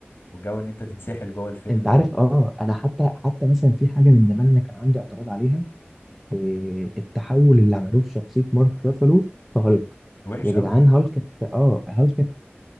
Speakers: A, on the left; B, in the centre.
A: والجو ان انت تتسحل جوه الفيلم
B: انت عارف
A: ده
B: اه انا حتى حتى مثلا في حاجه من زمان انا كان عندي اعتراض عليها إيه التحول اللي عملوه في شخصيه مارك رافالو في هالك
A: وحش
B: يا جدعان
A: قوي
B: هالك بت... اه هالك